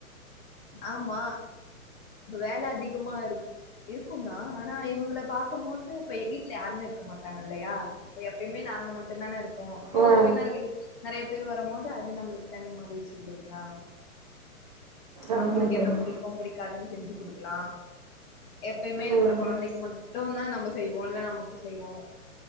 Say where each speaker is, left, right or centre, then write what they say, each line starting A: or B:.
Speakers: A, on the left (about 40°); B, on the right (about 30°).
A: ஆமா இப்ப வேல அதிகமா இருக் இருக்குதா ஆனா இவங்கள பாக்கம் போது இப்ப வீட்ல யாருமே இருக்க மாட்டாங்க இல்லயா இப்ப எப்பயுமே நாங்க மட்டுந்தானே இருப்போ இப்ப
B: ஆ
A: உறவினர்கள் நெறய பேரு வரும்போது அது நம்மளுக்கு தனி மகிழ்ச்சி இல்லைங்ளா
B: ஆமா
A: அவுங்களுக்கு
B: தோழி ம் ஆமா
A: என்ன
B: தோழி
A: புடிக்கும் புடிக்காதுன்னு செஞ்சு குடுக்கலா எப்பயுமே அப்புறோ
B: ம்
A: கொழந்தைக்கு மட்டுந்தா நம்ம செய்வோ இல்ல நமக்கு செய்வோ